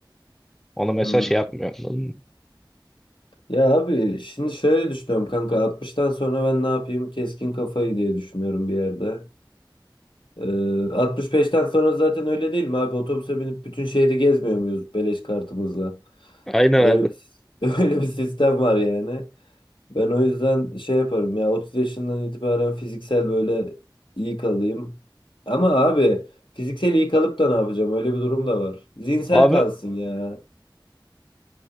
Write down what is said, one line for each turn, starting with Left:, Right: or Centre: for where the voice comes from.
Centre: Ona mesela
Left: Hmm.
Centre: şey yapmıyor. anladın mı?
Left: Ya abi şimdi şöyle düşünüyorum kanka 60'tan sonra ben ne yapayım? Keskin kafayı diye düşünüyorum bir yerde. Ee, 65'ten sonra zaten öyle değil mi abi? Otobüse binip bütün şehri gezmiyor muyuz beleş kartımızla?
Centre: Aynen
Left: Öyle
Centre: abi.
Left: bir <laughs> öyle bir sistem var yani. Ben o yüzden şey yaparım ya 30 yaşından itibaren fiziksel böyle iyi kalayım. Ama abi fiziksel iyi kalıp da ne yapacağım? Öyle bir durum da var. Zihinsel
Centre: Abi
Left: kalsın ya.